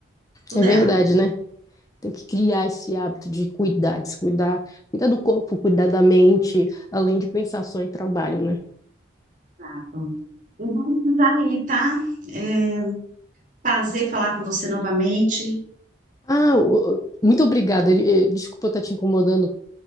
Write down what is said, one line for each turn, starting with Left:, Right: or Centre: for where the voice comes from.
Right: Tudo
Left: É verdade,
Right: é hábito.
Left: né? Tem que criar esse hábito de cuidar, de se cuidar, cuidar do corpo, cuidar da mente, além de pensar só em trabalho, né?
Right: Exato. Eu vou precisar ir, tá? É, prazer falar com você novamente.
Left: Ah, o- o- muito obrigada. Eh, Desculpa estar te incomodando.